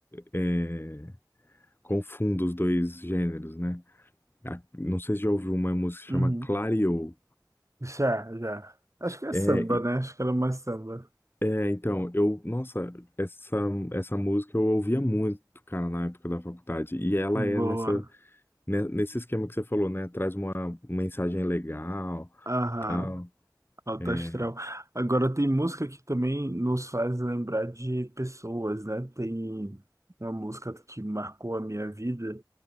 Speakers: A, on the left; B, on the right.
A: é, confundo os dois gêneros, né? A- Não sei se já ouviu uma música que
B: Uhum.
A: chama Clareou.
B: Já, já. Acho que é
A: É,
B: samba,
A: e-
B: né? Acho que era mais samba.
A: é, então, eu, nossa, essa, essa música eu ouvia muito, cara, na época da faculdade. E ela
B: Boa.
A: é nessa, né, nesse esquema que você falou, né? Traz uma mensagem legal,
B: Aham.
A: tal.
B: Alto
A: É,
B: astral. Agora tem música que também nos faz lembrar de pessoas, né? Tem uma música que marcou a minha vida,